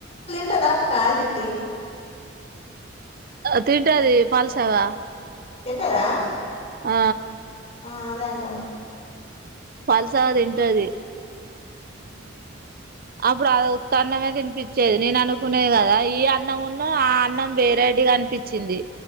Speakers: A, on the left (about 30°); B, on the right (about 45°).
A: కట్టదా కా సిటి
B: తింటది పాల్సవా
A: తింటదా
B: ఆ
A: ఆ అదేంటన్న
B: పల్సది ఏంటది
A: ఆ
B: అప్పుడు అద ఉత్త అన్నమే తినిపించేది. నేను అనుకునేది కదా ఈ అన్నం ఉన్నా ఆ అన్నం వేరేడిగా అనిపించింది.